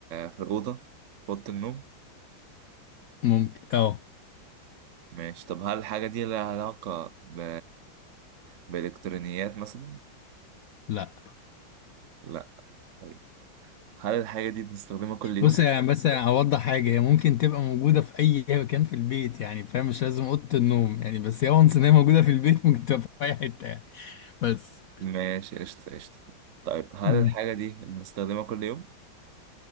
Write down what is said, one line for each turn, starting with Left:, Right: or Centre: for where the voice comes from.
Right: في الأوضة؟ في أوضة النوم؟
Left: ممكن اه
Right: ماشي طب هل الحاجة دي لها علاقة ب... بإلكترونيات مثلا؟
Left: لا
Right: لأ طيب هل الحاجة دي بنستخدمها كل يوم؟
Left: بص يعني بس اوضح حاجه هي ممكن تبقى موجوده في اي مكان في البيت يعني فاهم مش لازم اوضه النوم يعني بس هي وانس ان هي موجوده في البيت <laughs> ممكن تبقى في اي حته يعني بس
Right: ماشي قشطة قشطة طيب هل
Left: امم
Right: الحاجة دي بنستخدمها كل يوم؟